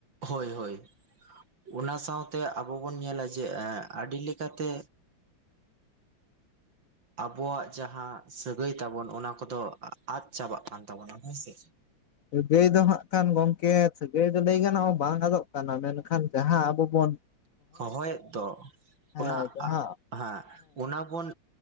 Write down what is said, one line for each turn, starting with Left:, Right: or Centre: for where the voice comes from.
Right: ᱦᱳᱭ ᱦᱳᱭ, ᱚᱱᱟ ᱥᱟᱶᱛᱮ ᱟᱵᱚ ᱵᱚᱱ ᱧᱮᱞᱟ ᱡᱮ ᱟᱰᱤ ᱞᱮᱠᱟᱛᱮ᱾ ᱟᱵᱚᱣᱟᱜ ᱡᱟᱦᱟᱸ ᱥᱟᱹᱜᱟᱹᱭ ᱛᱟᱵᱚᱱ ᱚᱱᱟ ᱠᱚᱫᱚ ᱟᱫ ᱪᱟᱵᱟᱜ ᱠᱟᱱ ᱛᱟᱵᱚᱱᱟ ᱦᱮᱸᱥᱮ?
Left: ᱥᱟᱹᱜᱟᱹᱭ ᱫᱚ ᱦᱟᱸᱜ ᱠᱷᱟᱱ ᱜᱚᱝᱠᱮ, ᱥᱟᱹᱜᱟᱹᱭ ᱫᱚ ᱞᱟᱹᱭ ᱜᱟᱱᱚᱜᱼᱟ ᱵᱟᱝ ᱟᱫᱚᱜ ᱠᱟᱱᱟ ᱢᱮᱱᱠᱷᱟᱱ ᱡᱟᱦᱟᱸ ᱟᱵᱚ ᱵᱚᱱ
Right: ᱦᱚᱦᱚᱭᱮᱫ ᱫᱚ,
Left: ᱦᱮᱸ
Right: ᱚᱱᱟ
Left: ᱡᱟᱦᱟᱸ
Right: ᱟᱜ ᱦᱮᱸ ᱚᱱᱟ ᱵᱚᱱ